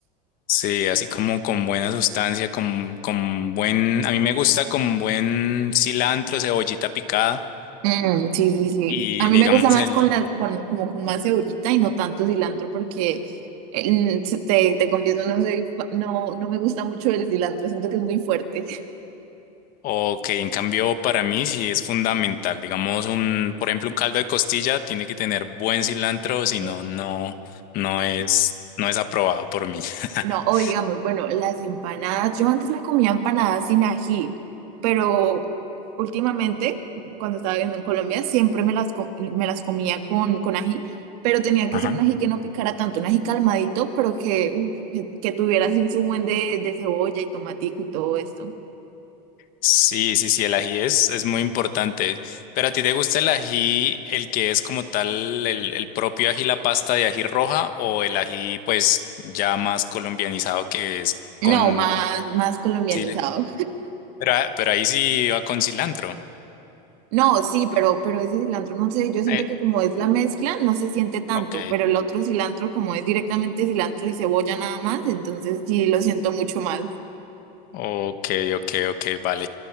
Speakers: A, on the left (about 45°); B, on the right (about 65°).
A: Sí, así como con buena sustancia, con, con buen, a mí me gusta con buen cilantro, cebollita picada
B: Mm, sí, sí, sí.
A: y
B: A mí
A: digamos
B: me gusta más
A: el,
B: con la, con, como con más cebollita y no tanto cilantro porque eh, mm, se- te, te confieso, no soy, fa- no, no me gusta mucho el cilantro. Siento que es muy fuerte.
A: o que en cambio para mí sí es fundamental, digamos un, por ejemplo, un caldo de costilla tiene que tener buen cilantro,
B: <laughs>
A: si no,
B: Mm.
A: no, no es, no es aprobado por mí. <laughs>
B: No, o digamos, bueno, las empanadas, yo antes me comía empanadas sin ají, pero últimamente, cuando estaba viviendo en Colombia, siempre me las, co- me las comía con, con ají, pero tenía que
A: Ajá.
B: ser un ají que no picara tanto, un ají calmadito, pero que, uf, que, que tuviera así su buen de, de cebolla y tomatico y todo esto.
A: Sí, sí, sí, el ají es, es muy importante. Pero a ti te gusta el ají, el que es como tal, el, el propio ají, la pasta de ají roja, o el ají, pues ya más colombianizado que es con
B: No, más, más colombianizado.
A: chile. Pero, a- pero ahí sí va con cilantro.
B: No, sí, pero, pero ese cilantro, no sé, yo siento
A: Eh,
B: que como es la mezcla, no se siente tanto,
A: ok.
B: pero el otro cilantro, como es directamente cilantro y cebolla nada más, entonces sí lo siento mucho más,
A: Ok, ok, ok, vale.